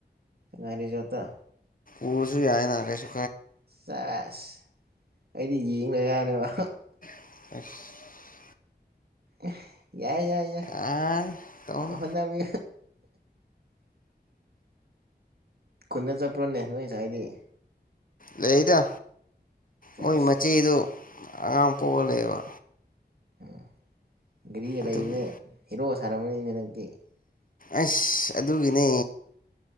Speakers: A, on the right; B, on the left.
A: ꯉꯅꯤ ꯆꯠꯇ
B: ꯎꯁꯨ ꯌꯥꯏꯅꯅꯥ ꯀꯦꯁꯨ
A: ꯆꯁ ꯑꯩꯗꯤ ꯌꯦꯡꯅ ꯌꯥꯅꯦꯕ
B: <inaudible>
A: ꯑ ꯌꯥꯏ ꯌꯥꯏ ꯌꯥꯏ
B: ꯑꯥꯏ ꯇꯧꯅꯨ
A: ꯍꯅꯕꯤ ꯈꯨꯟꯗ ꯆꯠꯄ꯭ꯔꯣꯅꯦ ꯅꯣꯏꯁ ꯍꯥꯏꯗꯤ
B: ꯂꯩꯗ
A: ꯆꯥꯁ
B: ꯃꯣꯏ ꯃꯆꯦꯗꯨ ꯑ ꯄ ꯂꯩꯕ
A: ꯑꯝ ꯒꯔꯤ
B: ꯑꯗꯨꯒꯤ
A: ꯂꯩꯕꯅꯦ ꯍꯤꯔꯣ ꯁꯥꯔꯔꯕꯅꯤꯅꯦ ꯅꯪꯛꯇꯤ
B: ꯑꯁ ꯑꯗꯨꯒꯤꯅꯦ